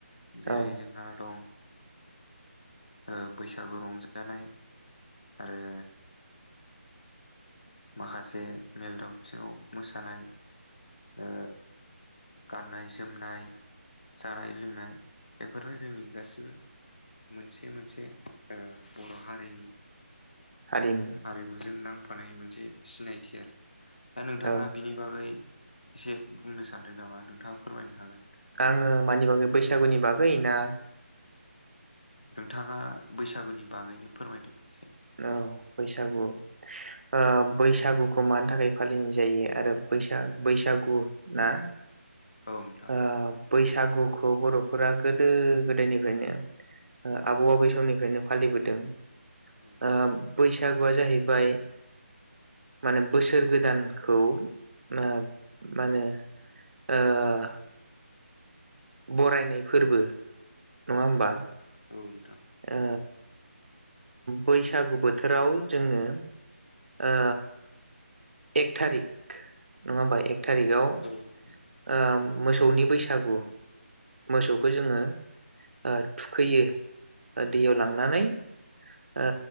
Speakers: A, on the left; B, on the right.
A: जेरै
B: औ
A: जोंहा दं ओ बैसागु रंजानाय आरो माखासे मेल दावथिङाव मोसानाय ओ गाननाय जोमनाय जानाय लोंनाय बेफोरनो जोंनि गासिबो मोनसे मोनसे ओ बर' हारिनि
B: हारिमु
A: हारिमुजों नांफानाय मोनसे सिनायथि आरो। दा नोंथाङा
B: औ
A: बिनि बागै एसे बुंनो सानदों नामा नोंथाङा फोरमायनो हागोन?
B: आङो मानि बागै बैसागुनि बागै ना
A: नोंथाङा बैसागुनि बागैनो फोरमायदो एसे।
B: औ बैसागु ओ बैसागुखौ मानि थाखाय फालिनाय जायो आरो बैसा बैसागु ना
A: औ नोंथां
B: ओ बैसागुखौ बर'फोरा गोदो गोदायनिफ्रायनो ओ आबौ आबै समनिफ्रायनो फालिबोदों।
A: औ नोंथां
B: ओ बैसागुआ जाहैबाय माने बोसोर गोदानखौ ओ मा होनो ओ बरायनाय फोरबो नङा होमबा?
A: औ औ नोंथां
B: ओ बैसागु बोथोराव जोङो ओ एक थारिक नङा होमबा एक थारिकाव
A: औ नोंथां
B: ओ मोसौनि बैसागु मोसौखौ
A: औ
B: जोङो ओ थुखैयो ओ दैयाव
A: औ
B: लांनानै। ओ